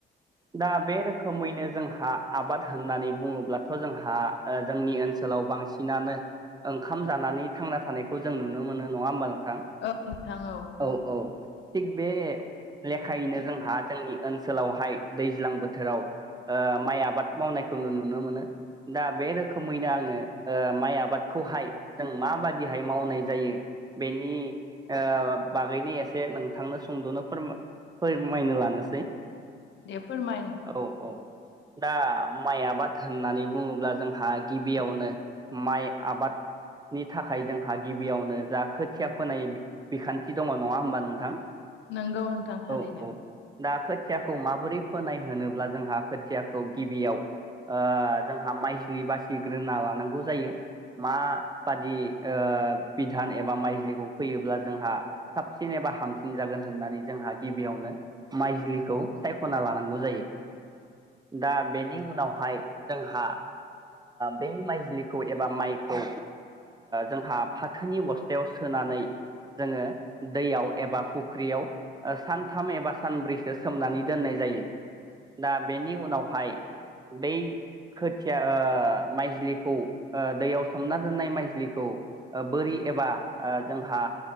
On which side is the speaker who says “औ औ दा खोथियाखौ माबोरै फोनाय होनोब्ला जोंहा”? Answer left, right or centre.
Right